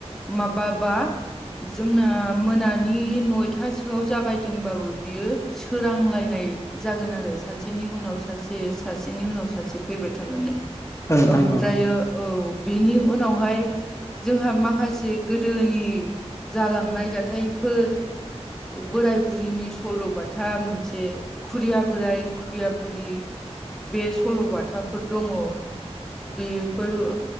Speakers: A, in the centre; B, on the left.
A: माबा बा जोंना मोनानि नयथासोआव जागायदोंबाबो बियो सोरांलायनाय जागोन आरो सासेनि उनाव सासे सासेनि उनाव सासे फैबाय थानानै
B: औ नोंथां औ नोंथां
A: ओमफ्रायो
B: औ
A: औ बिनि उनावहाय जोंहा माखासे गोदोनि जालांनाय जाथायफोर बोराय बुरैनि सल'बाथा मोनसे खुरिया बोराय खुरिया बुरि बे सल'बाथाफोर दङ बेफोर